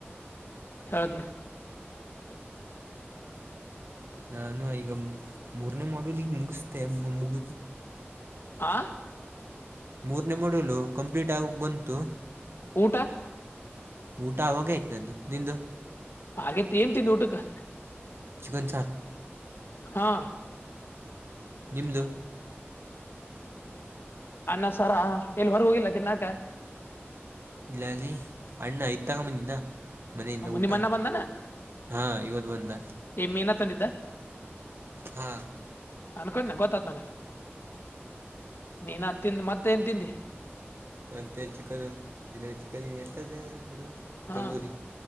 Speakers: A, on the left (about 60°); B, on the right (about 65°).
A: ಹೌದು
B: ನಾನು ಈಗ ಮೂರನೇ ಮಾಡಲ್ ಈಗ ಮುಗಿಸ್ದೆ ಮುಗ
A: ಹ
B: ಮೂರನೇ ಮೊಡಲು ಕಂಪ್ಲೀಟ್ ಆಗ ಬಂತು
A: ಊಟ
B: ಊಟ ಆಾಗ ಆಯ್ತ ನಂದು ನಿಂದು
A: ಹಾಗೇತಿ ಏನ್ ತಂದು ಊಟಕ್ಕೆ
B: ಚಗನ್ ಸರ್
A: ಹಾ
B: ನಿಮದುು
A: ಅನ್ನ ಸರ ಎಲ್ಲಿ ಹೊರ್ಗ ಹೋಗಿಲ್ಲ ತಿನ್ನಾಕ
B: ಇಲ್ಲ ಅಲ್ಲಿ ಅಣ್ಣ ಐತ್ ತಗೊಂಡ್ ಬಂದಿದ. ಮನೆಯಿಂದ ಊಟ
A: ನಿಮ್ ಅಣ್ಣ ಬಂದನ
B: ಹಾ ಇವತ್ತು ಬಂದ.
A: ಏ ಮೀನಾ ತಂದಿದ್ದ.
B: ಹಾ.
A: ಅನ್ಕೊಂಡನೀ ನಾ ಗೊತ್ತತ್ ನನಗೆ ನೀನು ತಿಂದು ಮತ್ತೆ ಏನ್ ತಿಂದಿ.
B: ಮತ್ತೆ ಚಿಕನು ಇದು ಚಿಕನ್ ಹೆಂತದಾ. ಅದು
A: ಹಾ
B: ತಂದೂರಿ